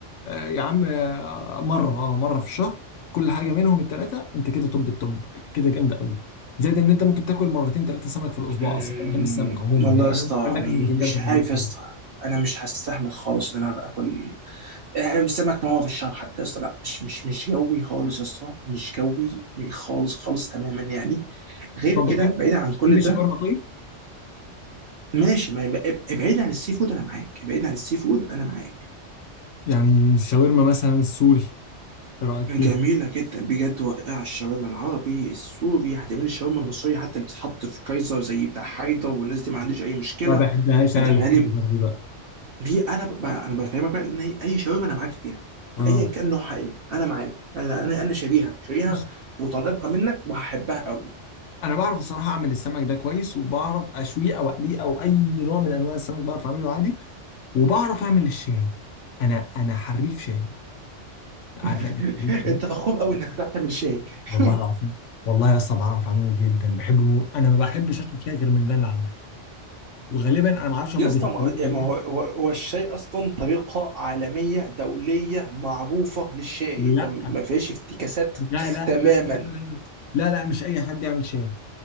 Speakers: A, on the left; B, on the right.
A: آه، يا عم آه، مرة اه مرة في الشهر كل حاجة منهم التلاتة انت كده طب الطب كده جامدة قوي زائد ان انت ممكن تاكل مرتين تلاتة سمك في الاسبوع
B: مم،
A: اصلا انا بحب السمك عموما
B: والله
A: يعني
B: يا اسطى
A: عندك مرتين تلاتة
B: مش
A: في
B: عارف
A: الاسبوع
B: يا اسطى انا مش هستحمل خالص ان انا اكل آه، سمك ما هو في الشهر حتى يا اسطى لا مش مش مش جوي خالص يا اسطى مش جوي خالص خالص تماما يعني غير
A: طب
B: كده
A: بتحب
B: بعيدا عن كل
A: بتحب
B: ده
A: الشاورما طيب؟
B: ماشي ما يبقى- ابعد عن السي فود انا معاك ابعد عن السي فود انا معاك
A: يعني الشاورما مثلا السوري ايه رأيك
B: جميلة
A: فيه
B: جدا بجد واقعة الشاورما العربي السوري هتعمل لي الشاورما المصرية حتى اللي بتتحط في كايزر زي بتاع حيدر والناس دي ما عنديش أي مشكلة
A: ما بحبهاش
B: هتعملها
A: انا اللي في فايزر
B: لي
A: دي بقى
B: دي انا ب... ب- انا بفهمك بقى ان اي أي شاورما انا معاك فيها
A: اه
B: ايا كان نوعها ايه انا معاك انا انا انا شاريها شاريها
A: بص
B: وطالبها منك وهحبها قوي
A: انا بعرف الصراحه اعمل السمك ده كويس وبعرف اشويه او اقليه او اي نوع من انواع السمك بعرف اعمله عادي وبعرف اعمل الشاي انا انا حريف شاي عارف
B: <laughs>
A: يعني إيه حريف شاي
B: انت فخور قوي انك بتعرف تعمل شاي
A: والله
B: <laughs>
A: العظيم والله يا اسطى بعرف اعمله جدا بحبه مو... انا ما بحبش اكل فيها غير من اللي انا عامله وغالبا انا ما اعرفش هم
B: يا اسطى
A: بيطبلوه
B: ما
A: ولا
B: يعني ما هو
A: ايه
B: هو هو الشاي اصلا طريقه عالميه دوليه معروفه للشاي
A: لا
B: انت ما فيهاش افتكاسات
A: لا لا
B: تماما
A: لا لا لا لا لا مش اي حد يعمل شاي